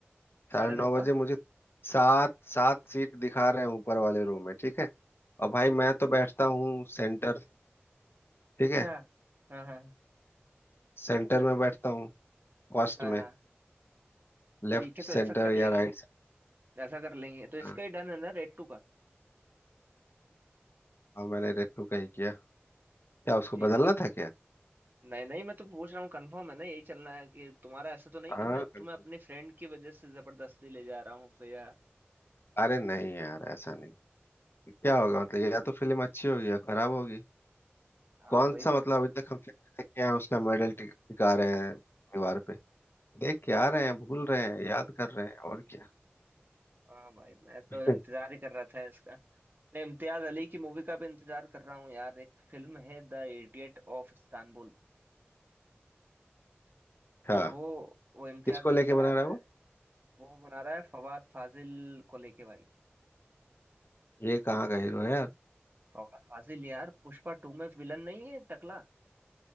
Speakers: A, on the left; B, on the right.
A: साढ़े
B: साढ़े नौ
A: नौ बजे
B: का
A: मुझे सात सात सीट दिखा रहे हैं ऊपर वाले रूम में ठीक है और भाई
B: अ-
A: मैं तो बैठता हूँ सेंटर ठीक
B: अच्छा
A: है
B: हाँ हाँ हाँ।
A: सेंटर
B: तो ये-
A: में बैठता हूँ फर्स्ट
B: हाँ
A: में
B: हाँ
A: लेफ्ट
B: ठीक है तो
A: सेंटर
B: ऐसा कर
A: या
B: लेंगे
A: राइट सेंटर
B: ऐसा कर लेंगे तो इसका
A: हाँ
B: ही डन है ना रेड टू का
A: हाँ, मैंने रेड टू का ही किया क्या उसको
B: ठीक
A: बदलना था क्या
B: नहीं नहीं मैं तो पूछ रहा हूँ कंफर्म है ना यही चलना है कि तुम्हारा ऐसा तो नहीं
A: हाँ
B: कि मैं
A: confirm।
B: तुम्हें अपने फ्रेंड की वजह से जबरदस्ती ले जा रहा हूँ फिर या
A: अरे नहीं यार ऐसा नहीं क्या होगा मतलब या तो फिल्म अच्छी होगी या खराब होगी
B: हाँ
A: कौन
B: वही
A: सा
B: तो
A: मतलब अभी तक हम फिल्म देखे हैं उसका मेडल टिका रहे हैं दीवार देख के आ रहे हैं भूल रहे हैं याद कर रहे हैं और क्या
B: हाँ भाई मैं तो
A: <laughs>
B: इंतजार ही कर रहा था इसका मैं इम्तियाज अली की मूवी का भी इंतजार कर रहा हूँ यार एक फिल्म है द इडियट ऑफ इस्तांबुल तो
A: हाँ
B: वो वो इम्तियाज
A: किसको
B: अली
A: लेके
B: बना
A: बना रहा
B: रहा
A: है
B: है
A: वो
B: वो बना रहा है फवाद फाजिल को लेके भाई
A: ये कहाँ का हीरो है यार
B: फवाद फाजिल यार पुष्पा टू में विलन नहीं है टकला